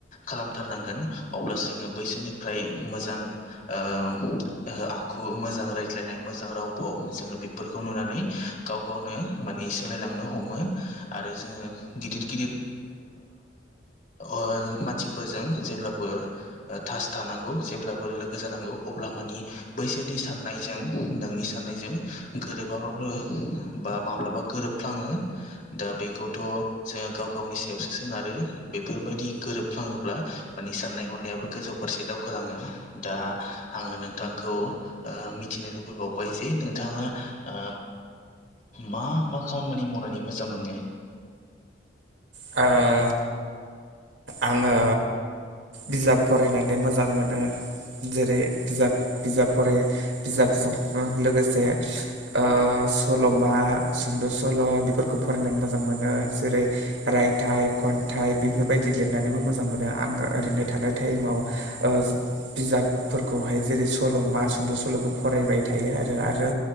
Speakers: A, on the left; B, on the right.
A: खालामथारनांगोन अब्लासो जोङो बैसोरनिफ्राय मोजां ओ आखु मोजां रायज्लायनाय मोजां राव फाव जोङो बेफोरखौ नुनानै गाव गावनो माने सोलायलांनो हमो आरो जोङो गिदिर गिदिर ओ अर मानसिफोरजों जेब्लाबो ओ थास थानांगौ जेब्लाबो लोगो जानांगौ अब्ला मानि बैसोरनि साननायजों नोंनि सा साननायजों गोरोबाब्लाबो बा माब्लाबा गोरोबफ्लाङो दा बेखौथ' जोङो गाव गावनि सायावसो सोनारो। बेफोरबायदि गोरोबफ्लाङोब्ला माने साननाय हनायाबो गोजौ फारसे दावखोलाङो। दा आङो नोंथांखौ ओ मिथिनो लुबैबावबाय जे नोंथाङा आ मा मा खामानि मावनानै मोजां मोनो?
B: आ आङो बिजाब फरायनानै मोजां मोनो। जेरै बिजाब बिजाब फराय बिजाबजों लोगोसे ओ सल'मा सुंद' सल' बेफोरखौ फरायनानै मोजां मोनो जेरै रायथाइ खन्थाइ बेफोरबायदि दि लिरनानैबो मोजां मोनो आं ओरैनो थानाय टाइमाव ओ बिजाब फोरखौहाय जेरै सल' मा सुंद' सल'खौ फरायबाय थायो आरो आरो